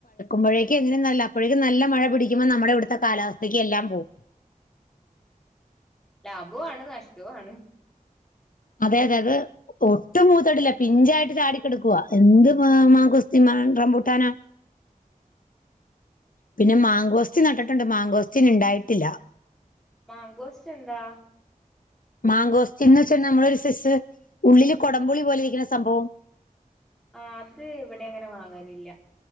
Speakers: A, on the left (about 70°); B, in the centre.
A: മ്പോഴേക്ക് ഇതിനും നല്ല അപ്പോഴേക്ക് നല്ല മഴ പിടിക്കുമ്പോൾ നമ്മുടെ ഇവിടുത്തെ കാലാവസ്ഥക്ക് എല്ലാം പോകും.
B: ആ ലാഭവുവാണ് നഷ്ടവുവാണ്
A: അതെ അതെ അത് ഒട്ട് <unintelligible> പിഞ്ചായ്ട്ട് ചാടിക്കെടക്കുവാ എന്ത് മാം <unintelligible> റംബുട്ടാന,
B: ഉം
A: പിന്നെ മാങ്കോസ്റ്റ് നട്ട്ട്ടുണ്ട്. മാങ്കോസ്റ്റ് ഇണ്ടായിട്ടില്ല.
B: മാംങ്കോസ്റ്റ് എന്താ?
A: മാങ്കോസ് എന്ന് വെച്ചാ നമ്മളൊരു സിസ് ഉള്ളില് കൊടം പുളി പോലെ ഇരിക്ണ സംഭവം
B: ആ അത് ഇവ്ടെ അങ്ങനെ വാങ്ങലില്ല